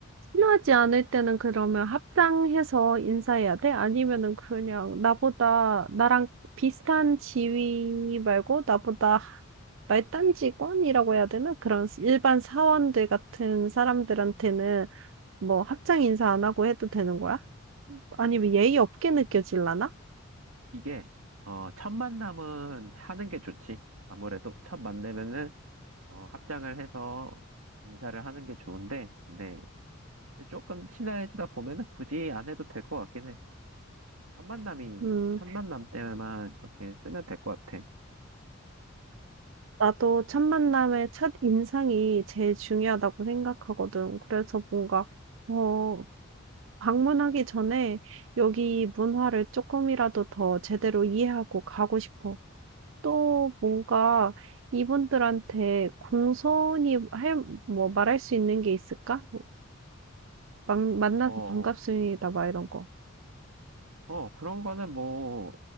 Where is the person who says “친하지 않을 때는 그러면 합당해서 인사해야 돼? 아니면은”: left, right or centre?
Right